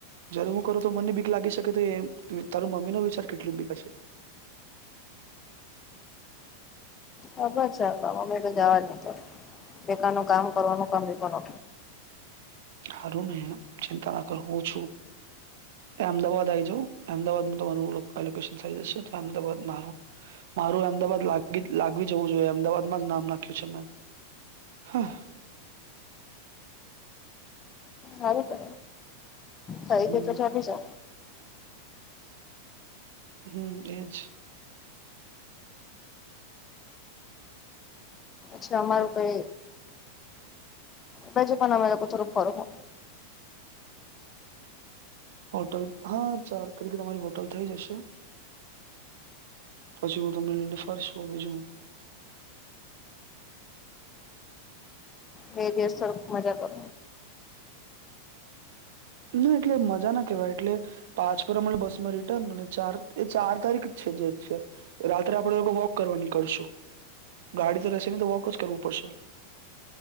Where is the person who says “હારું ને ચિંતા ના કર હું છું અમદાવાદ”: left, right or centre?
Right